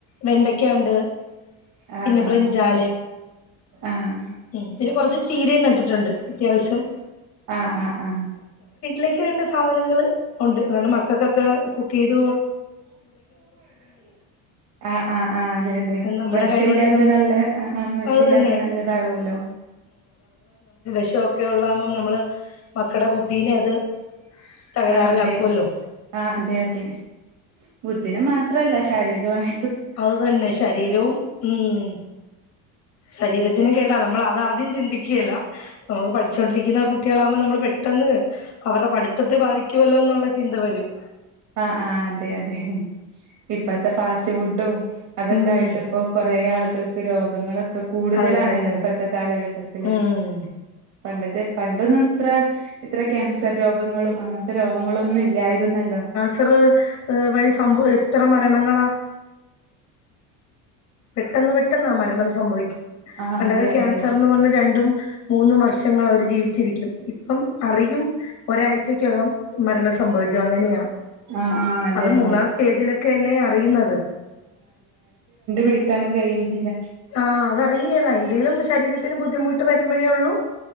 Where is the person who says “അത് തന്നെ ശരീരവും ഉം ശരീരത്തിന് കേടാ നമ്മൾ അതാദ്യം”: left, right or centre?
Left